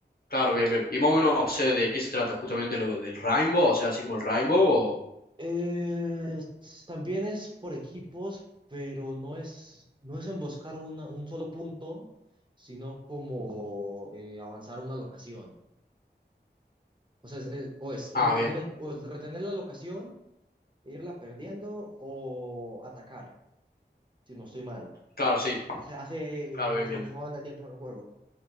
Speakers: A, on the left; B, on the right.
A: Claro, bien, bien. Y más o menos, o sea, ¿de qué se trata? Justamente lo del Rainbow, o sea, así como el Rainbow, o...
B: Eh, también es por equipos, pero no es, no es emboscar una- un solo punto, sino como eh, avanzar a una locación. O sea, es, es- o es retener
A: Ah, bien.
B: el, o es retener la locación e irla perdiendo o atacar, si no estoy mal.
A: Claro, sí.
B: Hace, hace
A: Claro,
B: un-
A: bien, bien. bien.
B: no anda tiempo en el juego,